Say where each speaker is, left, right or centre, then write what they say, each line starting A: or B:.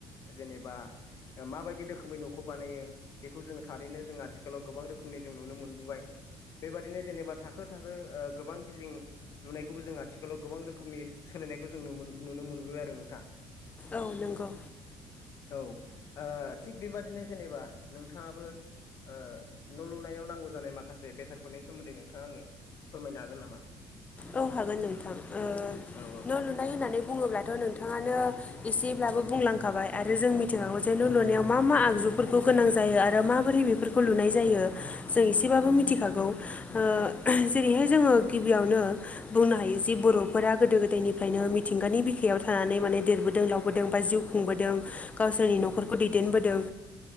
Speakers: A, on the left; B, on the left.
A: जेनेबा माबायदि रोखोमै न'खौ बानायो बेखौ जोङो थारैनो जों आथिखालाव गोबां रोखोमनि जों नुनो मोनबोबाय। बेबादिनो जेनेबा थाखो थाखो गोबां बिल्डिं लुनायखौबो जों आथिखालाव गोबां रोखोमनि सोलायनायखौ जों नुनो मोनबोबाय आरो नोंथां।
B: औ नंगौ।
A: औ ओ थिग बेबादिनो जेनेबा नोंथाङाबो ओ न' लुनायाव नांगौ जानाय माखासे बेसादफोरनि सोमोन्दै नोंथाङा आंनो फोरमायनो हागोन नामा?
B: औ हागोन नोंथां ओ
A: औ
B: न' लुनाय होननानै बुङोब्लाथ' नोंथाङानो एसेब्लाबो बुंलांखाबाय आरो जों मिथिखागौ जाय न' लुनायाव मा मा आगजुफोरखौ गोनां जायो आरो माबोरै बेफोर लुनाय जायो जों एसेबाबो मिथिखागौ। ओ जेरैहाय जोङो गिबियावनो बुंनो हायो जि बर'फोरा गोदो गोदायनिफ्रायनो मिथिंगानि बिखायाव थानानै माने देरबोदों लावबोदों बा जिउ खुंबोदों गावसोरनि न'खरखौ दैदेनबोदों